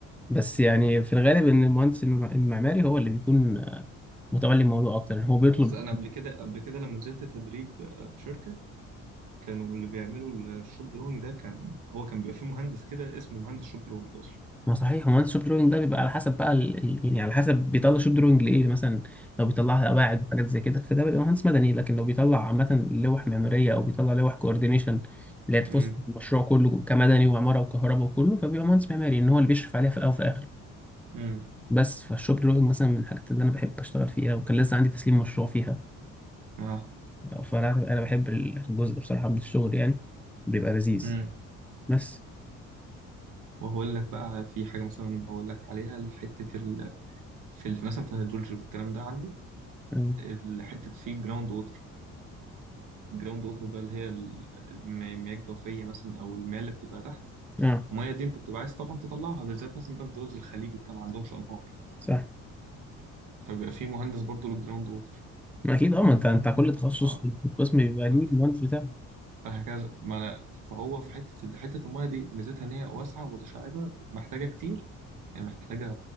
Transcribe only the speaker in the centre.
بس يعني في الغالب إن المهندس الم- المعماري هو اللي بيكون متولي الموضوع أكتر يعني هو بيطلب
ما صحيح هو الشوب دروينج ده بيبقى على حسب بقى ال... ال- يعني على حسب بيطلع شوب دروينج لايه يعني مثلا لو بيطلعها قواعد وحاجات زي كده فده بيبقى مهندس مدني لكن لو بيطلع عامة لوح معمارية او بيطلع لوح كوردينيشن اللي هي تخص
المشروع كله كمدني وعمارة وكهرباء وكله فبيبقى مهندس معماري ان هو اللي بيشرف عليها في الاول وفي الاخر
بس فالشوب دروينج مثلا من الحاجات اللي انا بحب اشتغل فيها وكان لسه عندي تسليم مشروع فيها
فانا انا بحب الجزء ده بصراحة من الشغل يعني بيبقى لذيذ
بس
اه
آه،
صح
ما اكيد اه ما انت انت كل تخصص
في القسم بيبقى
ليه المهندس بتاعه